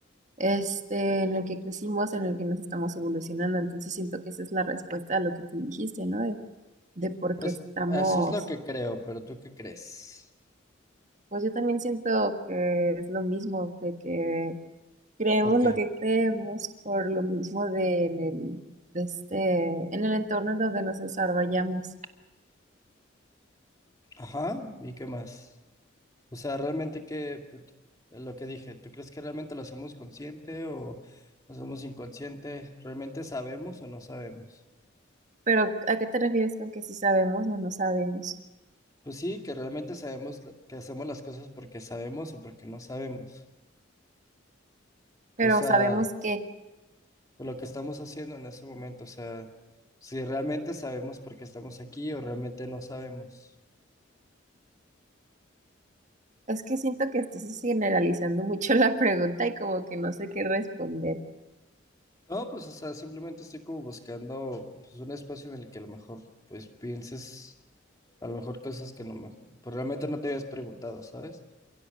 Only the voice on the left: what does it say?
Pues
eso es lo que creo, pero ¿tú qué crees?
¿Por qué?
Ajá, ¿y qué más? O sea, realmente que lo que dije, ¿tú crees que realmente lo hacemos consciente o lo hacemos inconsciente? ¿Realmente sabemos o no sabemos?
Pues sí, que realmente sabemos lo- que hacemos las cosas porque sabemos o porque no sabemos.
O sea,
por lo que estamos haciendo en ese momento, o sea, si realmente sabemos por qué estamos aquí o realmente no sabemos.
No, pues, o sea, simplemente estoy como buscando pues, un espacio en el que a lo mejor, pues, pienses a lo mejor cosas que no me, pues, realmente no te habías preguntado, ¿sabes?